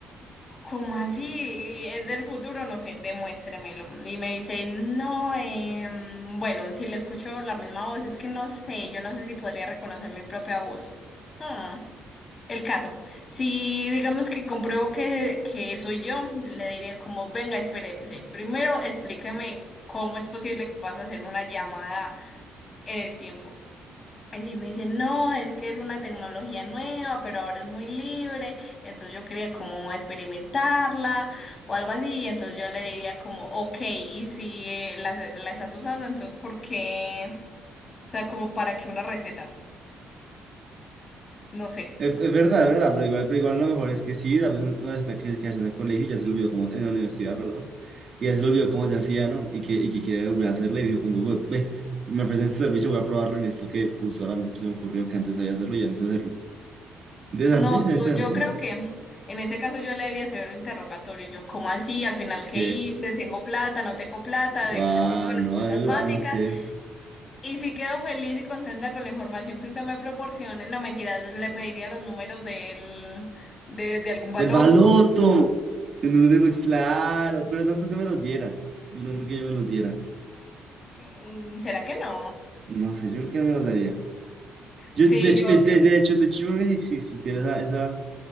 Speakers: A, on the left (about 40°); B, on the right (about 50°).
A: ¿Cómo así? ¿Es del futuro? No sé, demuéstremelo. Y me dice, no, em, bueno, si le escucho la misma voz, es que no sé, yo no sé si podría reconocer mi propia voz. Hmm. El caso, si digamos que compruebo que, que soy yo, le diría como, venga, espérese, primero explíqueme cómo es posible que pase a hacer una llamada en el tiempo. Y sí me dicen, no, es que es una tecnología nueva, pero ahora es muy libre, entonces yo quería como experimentarla o algo así, y entonces yo le diría como, ok, y si eh, la, la estás usando, entonces ¿por qué? O sea, como para qué una receta, no sé.
B: Es, es verdad, es verdad, pero igual, pero igual lo mejor es que sí, la persona la persona que, que hace en el colegio ya se lo olvidó como, en la universidad, perdón, y ya se lo olvidó cómo se hacía, ¿no? Y que, y que quiere volver a hacerlo y dijo como, "Bueno, ve, me ofrecen este servicio, voy a probarlo en esto que justo ahora se me ocurrió que antes sabía hacerlo y ya no sé hacerlo. Interesante,
A: No, yo,
B: será interesante.
A: yo creo que en ese caso yo le haría severo interrogatorio, yo, ¿cómo así? Al final,
B: Ok,
A: ¿qué hice? ¿Tengo plata? ¿No tengo plata?
B: guau
A: Dígame dígame
B: no,
A: las cosas
B: amigo,
A: básicas.
B: ah, no sé.
A: Y sí quedo feliz y contenta con la información que usted me proporcione. No, mentira, le pediría los números del, de, de algún baloto.
B: ¡El baloto! Yo No lo digo, claro, pero no creo que me los diera. Yo no creo que yo me los diera.
A: Mm, ¿Será que no?
B: No sé, yo creo que no me los daría. Yo,
A: Sí,
B: de hecho,
A: yo,
B: de, de-
A: yo.
B: de hecho, de hecho, yo creo que si existiera esa, esa